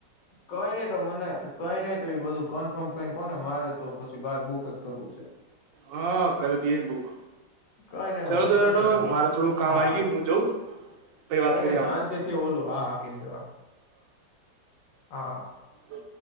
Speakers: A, on the left (about 75°); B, on the right (about 80°).
A: કઈ ન તો મને કઈ નહી તો એ બધું કન્ફર્મ કઈ કોને મારે તો પછી બાર બુક જ કરવું છે
B: હા કર દએ બુક
A: કઈ નઈ
B: ચાલો
A: કઈ નઈ
B: તો
A: હું
B: મારે થોડું કામ
A: હા
B: આ ગયું હું જઉં પહી
A: કઈ
B: વાત કરીએ
A: નઈ શાંતિ
B: આપડે
A: થી ઓલું આ હકી જો આ હા
B: ઓ